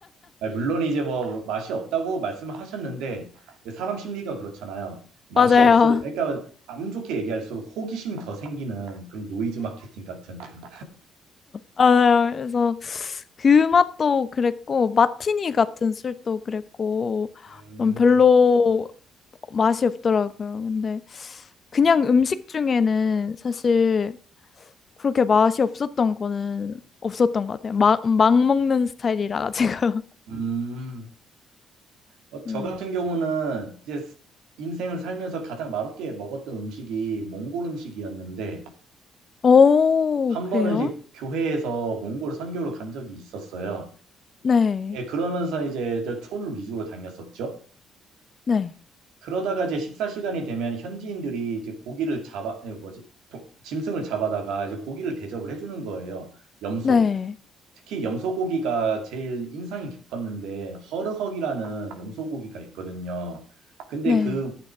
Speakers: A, on the right; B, on the left.
A: 아, 물론 이제 뭐 맛이 없다고 말씀을 하셨는데 사람 심리가 그렇잖아요. 맛이
B: 맞아요.
A: 없을, 그러니까 안 좋게 얘기할수록 호기심이 더 생기는 그런 노이즈 마케팅 같은 그런.
B: 아, 그래서 그 맛도 그랬고 마티니 같은 술도 그랬고
A: 음,
B: 좀 별로 맛이 없더라고요. 근데 그냥 음식 중에는 사실 그렇게 맛이 없었던 거는 없었던 것 같아요. 막, 막 먹는 스타일이라 제가.
A: 음. 어, 저
B: <laughs> 음.
A: 같은 경우는 이제 인생을 살면서 가장 맛없게 먹었던 음식이 몽골 음식이었는데
B: 오,
A: 한
B: 그래요?
A: 번은 이제 교회에서 몽골 선교로 간 적이 있었어요.
B: 네,
A: 예, 그러면서 이제 저 촌 위주로 다녔었죠.
B: 네,
A: 그러다가 이제 식사 시간이 되면 현지인들이 이제 고기를 잡아, 아니, 뭐지, 도- 짐승을 잡아다가 이제 고기를 대접을 해주는 거예요. 염소.
B: 네,
A: 특히 염소고기가 제일 인상이 깊었는데 허르헉이라는 염소고기가 있거든요. 근데
B: 네.
A: 그